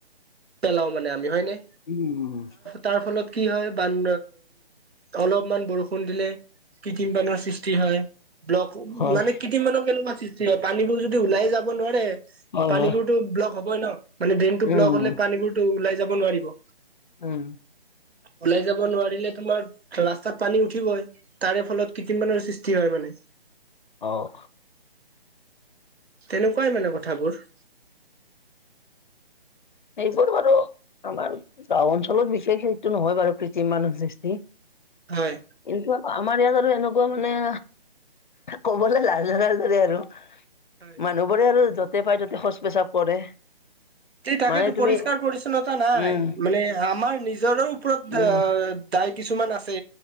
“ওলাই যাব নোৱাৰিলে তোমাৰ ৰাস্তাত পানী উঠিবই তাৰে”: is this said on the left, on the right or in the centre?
Right